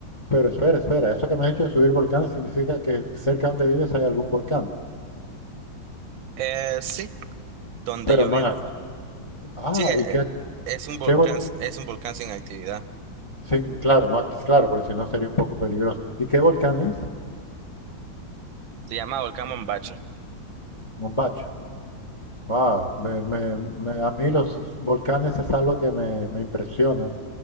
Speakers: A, on the left; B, on the right.
A: pero espera, espera, eso que me has dicho de subir volcanes significa que cerca donde vives hay algún volcán,
B: Eh, sí, donde
A: pero
B: yo
A: no
B: vivo.
A: en... ac- Ah,
B: Sí, eh,
A: ¿y qué,
B: eh,
A: ac-
B: es un volcán,
A: qué vol-
B: es un volcán sin actividad.
A: Sí, claro, no, ac- claro, porque si no sería un poco peligroso. ¿Y qué volcán es?
B: Se llama Volcán Mombacho.
A: Mombacho. Ah, me- me- me- a mí los volcanes es algo que me, me impresionan,